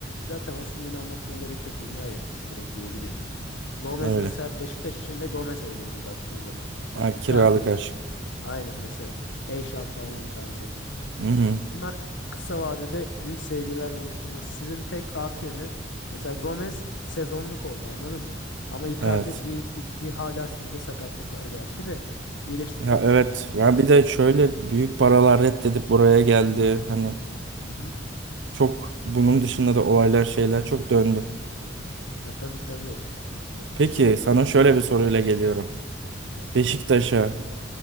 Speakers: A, on the left (about 80°); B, on the right (about 70°).
A: zaten Osimhen'i anlatmaya gerek yok. Dünya yıldızı direkt diyebiliyorsun. Gomez
B: Öyle.
A: mesela Beşiktaş için de Gomez öyleydi baktığın zaman.
B: Ha,
A: Icardi
B: kiralık
A: gibi.
B: aşk.
A: Aynen mesela Eyşan falan tarzı.
B: Hı hı.
A: Evet, Bunlar kısa vadede büyük sevgiler oluşturması. Sizin tek artı yönü mesela Gomez sezonluk oldu anladın mı? Ama Icardi
B: Evet.
A: bir iki hala sizde sakatlık var gerçi de iyileştikten
B: Ya
A: sonra.
B: evet. Ya bir de şöyle büyük paralar reddedip buraya geldi. Hani
A: Hı hı.
B: Çok bunun dışında da olaylar şeyler çok döndü.
A: Ya tabii tabii. Ya
B: Peki
A: işte
B: sana şöyle bir soruyla geliyorum.
A: ya bakalım.
B: Beşiktaş'a